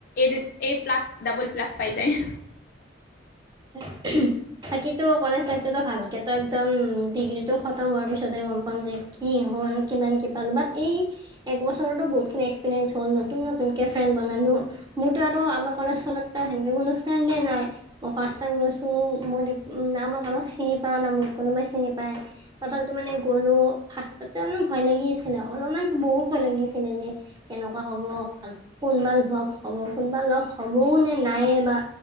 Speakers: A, on the left (about 50°); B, on the right (about 20°).
A: এই এই প্লাছ ডাবল প্লাছ- পাই যায়।
B: <inaudible> থাকি কলেজ লাইফতো ভালকে তো একদম ডিগ্ৰীতটো খতম হোৱাৰ পিছতহে গম পাম যে কি কিমান কি পালো ব এই এক বছৰত বহুত খিনি এক্সপিৰিয়েঞ্চ হ'ল নতুন নতুনকে ফ্ৰেনদ বনালো মোৰতো আৰু আমাৰ কলেজখনতো সেনেকে কোনো ফ্ৰেণ্ডে নাই মই ফাৰ্ষ্ট টাইম গৈছোঁ মোৰ না মই কোনোবাক চিনি পাওঁ না মোক কোনোবাই চিনি পায়। তথাপি মানে গ'লো ফাৰ্ষ্টত অলপমান ভয় লাগি আছিলে অলপমান বহুত ভয় লাগিছিলে যে এনেকুৱা হব কোনোবা লগ হ'ব কোনোবা লগ হ'বও নে নাইে বা